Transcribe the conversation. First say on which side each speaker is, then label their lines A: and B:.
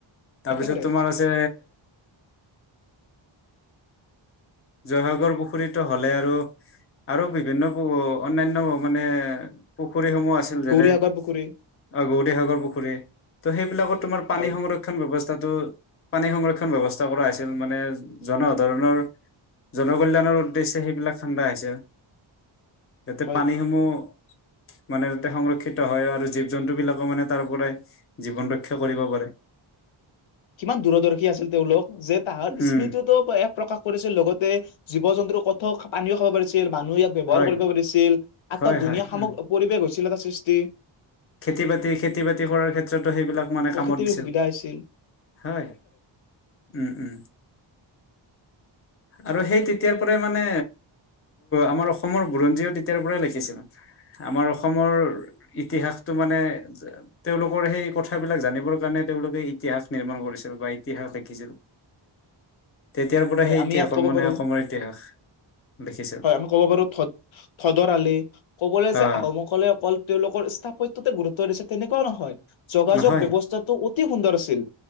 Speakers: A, on the left (about 30°); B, on the left (about 75°).
A: তাৰপিছত
B: একেবাৰে
A: তোমাৰ আছে? জয়সাগৰ পুখুৰীতো। হলে আৰু আৰু বিভিন্ন অনান্য হৱ মানে। পুখুৰী সমূহ আছিল যেনে
B: গৌৰীসাগৰ পুখুৰী
A: অ গৌৰীসাগৰ পুখুৰী ত' সেইবিলাকত তোমাৰ পানী
B: হয়
A: সংৰক্ষন ব্যৱস্থা? স্থো পানী সংৰক্ষণ ব্যৱস্থা কৰা হৈছিল মানে জনসাধাৰণৰ জনকল্যাণৰ উদ্দেশ্য। ত সেইবিলাক ঠাণ্ডা হৈছে। যাতে
B: হয়
A: পানীসমূহ। মানে তাতে সংৰক্ষিত হয় আৰু জীৱ জন্তুবিলাকো মানে তাৰ পৰাই জীৱন ৰক্ষা কৰিব পাৰে।
B: কিমান দূৰদৰ্শী আছিল তেওঁলোক যে তাহাৰ স্মৃতিটোো
A: উম
B: এক প্ৰকাশ কৰিছিল লগতে জীৱ জন্তু। কথ পানীও খাব পাৰিছিল মানুহ ইয়াক ব্যৱহাৰ
A: হয়
B: কৰিব পাৰছিল
A: হয়
B: আটক
A: হয়
B: ধুনীয়া সামগ্ৰী
A: উম
B: পৰিবেশ হৈছিল এটা সৃষ্টি
A: খেতি বাতি খেতি বাতি কৰাৰ ক্ষেত্ৰত ত সেইবিলাক মানে
B: প্ৰকৃতিৰ
A: কামত দিছিল
B: সুবিধা হৈছিল
A: হয় উ উ আৰু সেই তেতিয়াৰ পৰাই মানে আমাৰ অসমৰ বুৰঞ্জীও তেতিয়াৰ পৰাই লিখিছিল আমাৰ অসমৰ ইতিহাসটো মানে তেওঁলোকৰ সেই কথাবিলাক জানিবৰ কাৰণে তেওঁলোকে ইতিহাস নিৰ্মাণ কৰিছিল বা ইতিহাস লিখিছিল তেতিয়াৰ পৰা
B: হয়
A: সেই
B: আমি ইয়াত কব
A: মানে
B: পাৰো
A: অসমৰ ইতিহাস লিখিছে
B: হয় আমি কব পাৰো থ থদৰ আলি কবলৈ যে
A: আহ
B: আহোমসকলে অকল তেওঁলোকৰ স্থাপিত তোতে গুৰুত্ব দিছে তেনেকোৱাও নহয় যোগাযোগ
A: নহয়
B: ব্যৱস্থাটো অতি সুন্দৰ আছিল